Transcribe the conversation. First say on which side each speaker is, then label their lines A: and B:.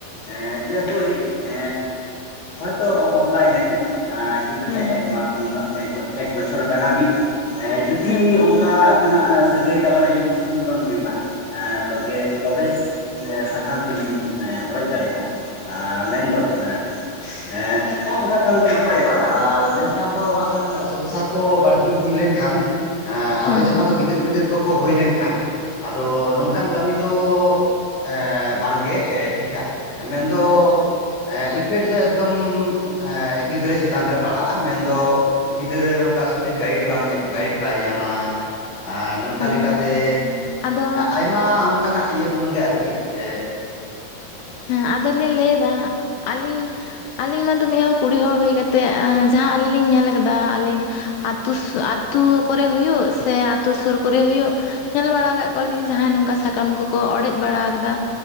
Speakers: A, on the left (about 40°); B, on the left (about 75°).
A: ᱮᱸ ᱡᱮ ᱦᱳᱭ ᱮ ᱦᱚᱭᱛᱚ ᱵᱟᱯᱞᱟᱭ ᱱᱟ ᱠᱤᱱ ᱟ ᱴᱷᱤᱠ
B: ᱦᱮᱸ
A: ᱜᱮᱭᱟ ᱮᱠᱢᱟᱥ ᱫᱩᱢᱟᱥ ᱮᱠ ᱵᱚ ᱮᱠ ᱵᱚᱪᱷᱚᱨ ᱜᱟᱱ ᱦᱟᱹᱵᱤᱡ ᱮ ᱡᱩᱫᱤ
B: ᱦᱮᱸ
A: ᱚᱱᱠᱟ ᱟᱹᱠᱤᱱᱟᱜ ᱥᱟᱹᱜᱟᱹᱭ ᱛᱟᱞᱟᱨᱮ ᱡᱩᱫᱤ ᱥᱩᱞᱩᱠ ᱵᱟᱝ ᱦᱩᱭᱩᱜ-ᱟ ᱦᱮᱸ ᱛᱚᱜᱮ ᱛᱚᱵᱮ ᱡᱮ ᱥᱟᱠᱟᱢ ᱠᱤᱱ ᱚᱲᱮᱡ ᱫᱟᱲᱮᱭᱟᱜ-ᱟ ᱟ ᱢᱮᱱᱫᱚ ᱦᱮᱸ <unintelligible> ᱠᱷᱟᱱ ᱫᱚ ᱱᱟᱯᱟᱭᱚᱜ-ᱟ ᱟᱨ ᱢᱮᱱᱠᱷᱟᱱ ᱫᱚ ᱦᱟᱸᱜ ᱠᱷᱟᱱ ᱥᱚᱝᱥᱟᱨ ᱠᱚ ᱵᱟᱲᱛᱤ ᱤᱫᱤ ᱞᱮᱱᱠᱷᱟᱱ ᱮᱸ ᱟᱫᱚ
B: ᱦᱮᱸ
A: ᱡᱟᱦᱟᱸ ᱫᱚ ᱜᱤᱫᱟᱹᱨ ᱯᱤᱫᱟᱹᱨ ᱠᱚᱠᱚ ᱦᱩᱭ ᱞᱮᱱᱠᱷᱟᱱ ᱟᱫᱚ ᱱᱚᱝᱠᱟᱱ ᱠᱟᱹᱢᱤ ᱫᱚ ᱮ ᱵᱟᱝᱜᱮ ᱮ ᱴᱷᱤᱠᱟ ᱢᱮᱱᱫᱚ ᱮ ᱤᱯᱷᱮᱴ ᱫᱚ ᱮᱠᱫᱚᱢ ᱮ ᱜᱤᱫᱽᱨᱟᱹ ᱪᱮᱛᱟᱱ ᱨᱮ ᱯᱟᱲᱦᱟᱜ-ᱟ ᱢᱮᱱᱫᱚ ᱜᱤᱫᱽᱨᱟᱹ ᱚᱱᱠᱟ ᱥᱚᱴᱷᱤᱠ ᱜᱟᱭᱤᱴ ᱵᱟᱝ ᱧᱟᱢ ᱜᱟᱭᱤᱰ ᱵᱟᱭ ᱧᱟᱢᱟ ᱟᱨ ᱱᱚᱝᱠᱟ
B: ᱦᱮᱸ
A: ᱞᱮᱠᱟᱛᱮ
B: ᱟᱫᱚ
A: ᱟᱭᱢᱟ ᱚᱱᱠᱟᱱᱟᱜ ᱤᱭᱟᱹ ᱠᱷᱚᱱᱜᱮ ᱟᱨᱠᱤ ᱮ
B: ᱦᱮᱸ ᱟᱫᱚᱞᱤᱧ ᱞᱟᱹᱭ ᱮᱫᱟ ᱟᱞᱤᱧ ᱟᱞᱤᱧ ᱢᱟᱛᱚ ᱢᱤᱜ ᱦᱚᱲ ᱠᱩᱲᱤ ᱦᱚᱲ ᱦᱩᱭ ᱠᱟᱛ ᱛᱮ ᱟ ᱡᱟᱦᱟᱸ ᱟᱹᱞᱤᱧ ᱞᱤᱧ ᱧᱮᱞ ᱟᱠᱟᱫᱟ ᱟᱹᱞᱤᱧ ᱟᱹᱛᱩ ᱟᱛᱳ ᱠᱚᱨᱮ ᱦᱩᱭᱩᱜ ᱥᱮ ᱟᱛᱳ ᱥᱩᱨ ᱠᱚᱨᱮ ᱦᱩᱭᱩᱜ ᱧᱮᱞ ᱵᱟᱲᱟ ᱟᱠᱟᱜ ᱠᱚᱣᱟᱞᱤᱧ ᱡᱟᱦᱟᱸᱭ ᱱᱚᱝᱠᱟ ᱥᱟᱠᱟᱢ ᱠᱚᱠᱚ ᱚᱲᱮᱡ ᱵᱟᱲᱟᱣ ᱠᱟᱫᱟ